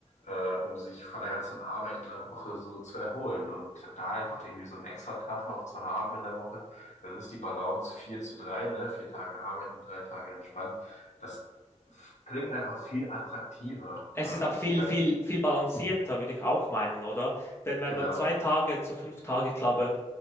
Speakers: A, on the left; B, on the left.
A: äh, um sich von der ganzen Arbeit in der Woche so zu erholen. Und da einfach irgendwie so einen extra Tag noch zu haben in der Woche, dann ist die Balance vier zu drei ne? Vier Tage arbeiten, drei Tage entspannen. Das klingt einfach viel attraktiver.
B: Es
A: Ähm,
B: ist auch viel,
A: ich weiß,
B: viel, viel balancierter, würde ich auch meinen, oder? Denn wenn
A: genau.
B: man zwei Tage zu fünf tage glaube